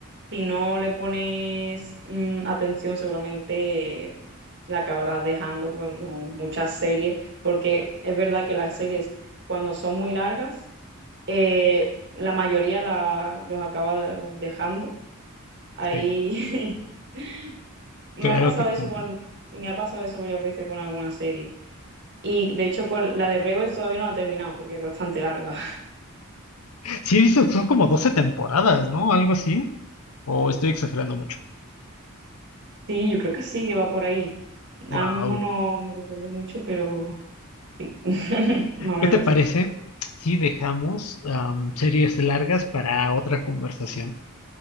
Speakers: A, on the right; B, on the left.
A: si no le pones mm, atención, seguramente eh, la acabarás dejando como muchas series, porque es verdad que las series cuando son muy largas, eh, la mayoría la- los acaba dejando. Ahí
B: Sí,
A: <laughs> me
B: claro
A: ha pasado
B: que te
A: eso
B: entiendo.
A: con, me ha pasado eso varias veces con alguna serie. Y de hecho, con la de Rebels todavía no la he terminado porque es bastante larga. <laughs>
B: Sí, dices, son como 12 temporadas, ¿no? Algo así. O estoy exagerando mucho.
A: Sí, yo creo que sí, que va por ahí.
B: Wow.
A: Ahora mismo no, no recuerdo mucho, pero sí, <laughs> más
B: ¿Qué
A: o menos
B: te parece
A: sí.
B: si dejamos am, series largas para otra conversación